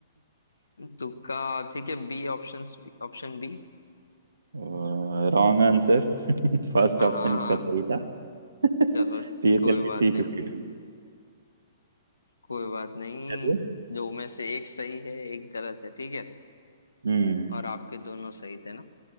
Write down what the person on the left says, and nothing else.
तुक्का ठीक है बी ऑप्शन ऑप्शन बी
हाँ
हाँ
हाँ
चलो कोई
बात
नहीं
कोई बात नहीं
दो में से एक सही है एक गलत है ठीक है
और आपके दोनों सही थे ना